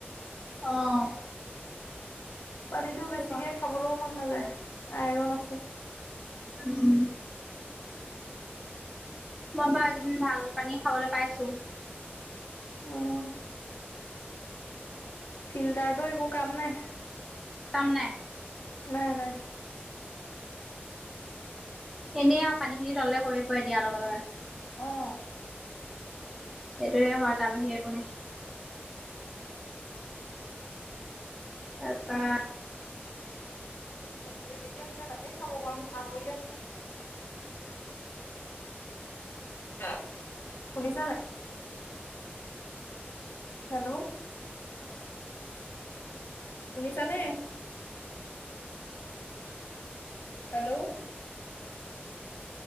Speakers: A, in the centre; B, on the left.
A: অ'।
B: পানীতো বেছিকে
A: সেইটো হয়।
B: খাবলৈও মন নাযায় আইৰন আছে।
A: উম। মই বাৰু এইকেইদিন ভাল পানী খাবলৈ পাইছো।
B: উম। ফিল্টাৰটো‌ একে কাম নাই।
A: কাম নাই।
B: নাই, নাই।
A: এনেই আৰু পানী খিনি তলে সৰি পৰে দিয়াৰ‌ লগে লগে।
B: অ'।
A: এটোৱে হয় তাৰ বাহিৰে একো নাই। তাৰপা
B: বেগী <unintelligible> অ', শুনিছানে নাই? হেল্ল'। শুনিছানে? হেল্ল'।